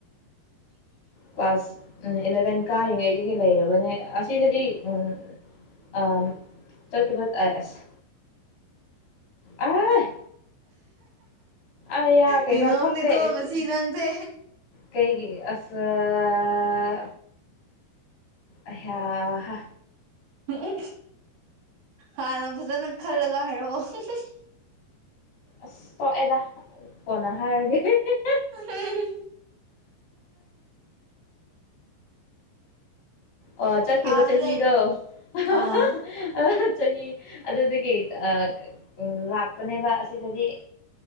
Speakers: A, on the right; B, on the left.
A: <inaudible>
B: ꯀ꯭ꯂꯥꯁ ꯎꯝ ꯑꯦꯂꯚꯦꯟ ꯀꯥꯔꯤꯉꯩꯗꯒꯤ ꯂꯩꯔꯕꯅꯦ ꯑꯁꯤꯗꯗꯤ ꯎꯝ ꯑꯥꯝ ꯆꯠꯈꯤꯕ ꯇ ꯑꯦꯁ ꯑꯥꯏ ꯑꯥ ꯌꯥ ꯀꯩꯅꯣ
A: ꯀꯩꯅꯣꯝꯅꯤꯀꯣ
B: ꯊꯣꯛꯇꯦ ꯑꯁꯦ
A: ꯉꯁꯤ ꯅꯪꯁꯦ
B: ꯀꯩꯒꯤ ꯑꯁ ꯑꯥ ꯑꯩꯌꯥꯍꯥ
A: ꯎꯝꯍꯍꯝ ꯍꯥꯟꯅ ꯐꯖꯅ ꯈꯜꯂꯒ ꯍꯥꯏꯔꯛꯑꯣ ꯍꯝꯍꯝ
B: ꯑꯁ ꯇꯣꯛꯑꯦꯗꯥ ꯀꯣꯟꯅ ꯍꯥꯏꯔꯒꯦ ꯑꯍꯦꯍꯦ
A: ꯍꯍꯝꯍꯝ
B: ꯑꯣ ꯆꯠꯈꯤꯕ
A: ꯑꯥꯗ
B: ꯆꯍꯤꯗꯣ
A: ꯂꯩ
B: ꯑꯍꯍꯍ
A: ꯑꯥ
B: ꯑꯍ ꯆꯍꯤ ꯑꯗꯨꯗꯒꯤ ꯑꯥ ꯎꯝ ꯂꯥꯛꯄꯅꯦꯕ ꯑꯁꯤꯗꯗꯤ